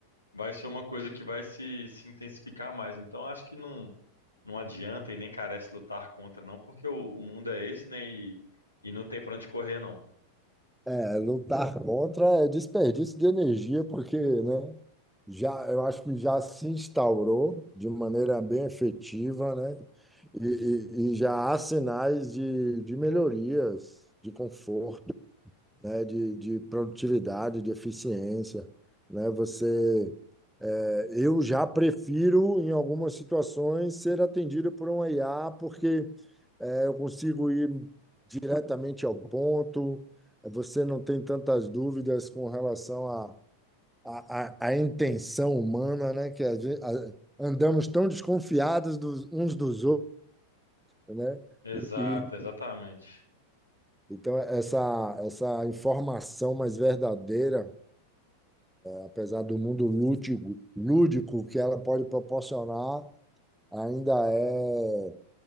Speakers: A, on the left (about 85°); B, in the centre.
A: vai ser uma coisa que vai se, se intensificar mais. Então acho que não, não adianta e nem carece lutar contra, não, porque o, o mundo é esse, né? E, e não tem para onde correr, não.
B: É, lutar contra é desperdício de energia, porque, né, já, eu acho que já se instaurou de maneira bem efetiva, né? E, e- e já há sinais de, de melhorias, de conforto. né, de, de produtividade, de eficiência, né? Você, é, eu já prefiro, em algumas situações, ser atendido por um IA, porque é, eu consigo ir diretamente ao ponto, você não tem tantas dúvidas com relação à à à- à intenção humana, né? Que a gente, a- andamos tão desconfiados dos, uns dos outros, né?
A: Exato,
B: E,
A: exatamente.
B: e, então, essa, essa informação mais verdadeira apesar do mundo lúdico, lúdico que ela pode proporcionar, ainda é,